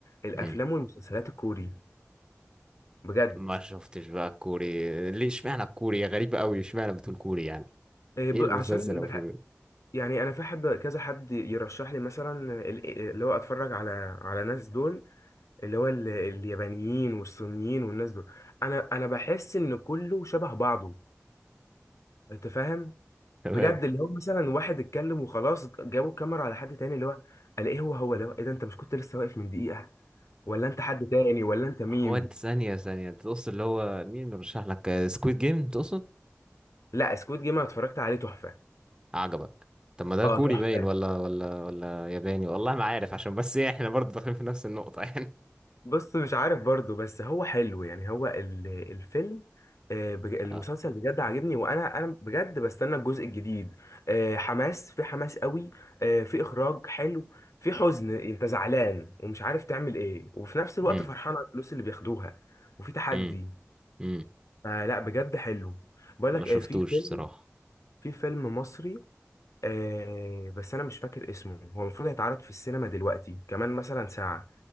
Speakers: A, on the left; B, on the right.
A: الافلام
B: مم.
A: والمسلسلات الكوري بجد
B: ما شفتش بقى الكوري ليه اشمعنى الكوري غريب قوي اشمعنى بتقول كوري يعني
A: إيه، ب-
B: ايه المسلسل
A: عشان
B: او
A: بح-
B: الفيلم ده؟
A: يعني انا في حد كذا حد يرشح لي مثلا ال- اللي هو اتفرج على على ناس دول اللي هو ال- اليابانيين والصينيين والناس دول انا انا بحس ان كله شبه بعضه انت فاهم
B: <laughs> تمام
A: بجد اللي هو مثلا واحد اتكلم وخلاص جابوا الكاميرا على حد تاني اللي هو الاقيه هو هو اللي هو ايه ده انت مش كنت لسه واقف من دقيقة ولا انت حد تاني ولا انت مين
B: هو انت ثانيه ثانيه انت تقصد اللي هو مين مرشح لك سكويد جيم تقصد
A: لا سكوت جيم انا اتفرجت عليه تحفة
B: عجبك طب ما ده
A: اه
B: كوري
A: تحفة
B: باين ولا ولا ولا ياباني والله ما عارف عشان بس إيه، احنا برضه داخلين في نفس النقطة <laughs> يعني
A: بص مش عارف برضو بس هو حلو يعني هو ال- الفيلم آه، بج- المسلسل
B: آه.
A: بجد عاجبني وانا انا بجد بستنى الجزء الجديد آه، حماس في حماس قوي آه، في اخراج حلو في حزن انت زعلان ومش عارف تعمل ايه وفي نفس الوقت
B: امم
A: فرحان على الفلوس اللي بياخدوها وفي تحدي
B: امم امم
A: فلا بجد حلو بقول
B: ما
A: لك
B: شفتوش
A: ايه في فيلم
B: صراحة
A: في فيلم مصري آه بس انا مش فاكر اسمه هو المفروض هيتعرض في السينما دلوقتي كمان مثلا ساعة